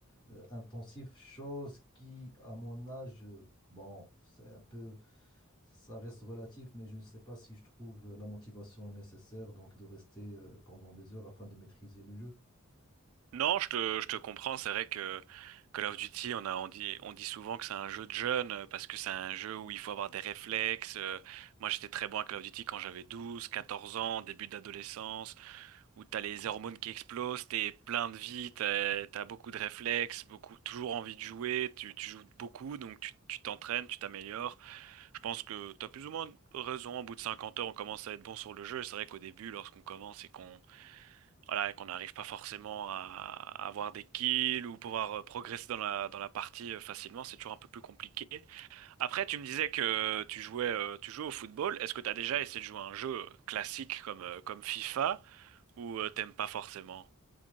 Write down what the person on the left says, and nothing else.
euh, intensif, chose qui, à mon âge, euh, bon, c'est un peu ça reste relatif, mais je ne sais pas si je trouve la motivation nécessaire donc de rester euh, pendant des heures afin de maîtriser le jeu.